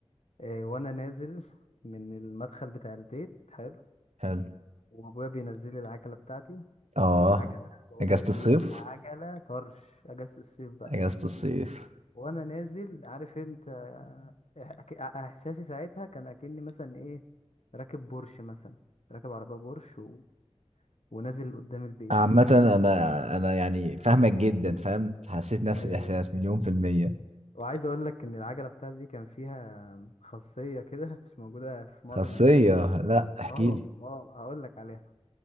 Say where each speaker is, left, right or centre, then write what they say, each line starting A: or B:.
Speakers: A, on the left (about 80°); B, on the right (about 80°).
A: آه وانا نازل من المدخل بتاع البيت حلو
B: حلو
A: وابويا بينزل لي العجلة بتاعتي
B: اه
A: كانت عجلة بقول
B: اجازة
A: لك
B: الصيف
A: ايه كانت عجلة طرش اجازة الصيف بقى
B: اجازة الصيف
A: وانا نازل عارف انت إح- أك- احساسي ساعتها كان اكني مثلا ايه راكب بورش مثلا راكب عربيه بورش و... ونازل قدام البيت
B: عامة انا انا يعني فاهمك جدا فاهم حسيت نفس
A: ايوه
B: الاحساس مليون في المية
A: وعايز اقول لك ان العجله بتاعتي دي كان فيها خاصيه كده <laughs> مش موجوده في
B: خاصية
A: معظم العجلات يعني
B: لا احكي
A: اه
B: لي
A: اه هقول لك عليها